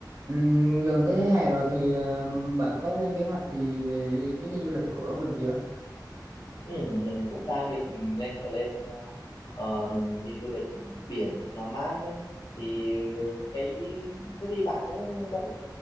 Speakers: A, on the right; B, on the left.
A: Ừm, gần tới hè rồi thì ờ, bạn có lên kế hoạch gì về đi, chuyến đi du lịch của mình chưa?
B: Ừ, mình cũng đang định lên plan ờ, ờ, đi du lịch biển cho nó mát đấy thì cái thế thì bạn cũng vẫn